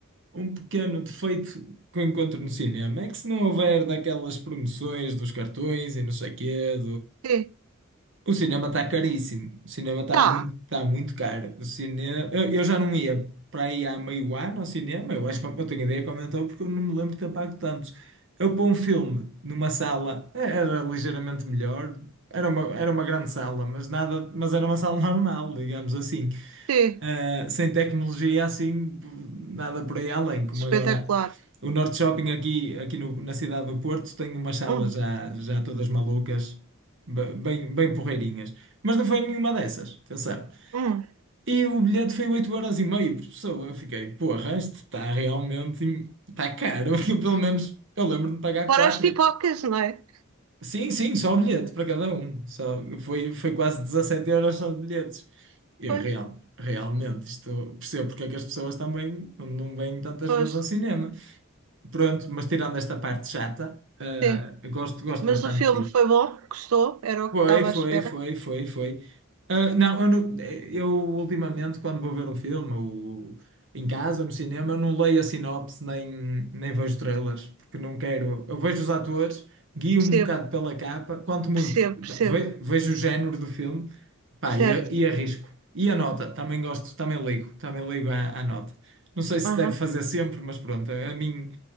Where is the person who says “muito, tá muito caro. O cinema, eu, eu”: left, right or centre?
Right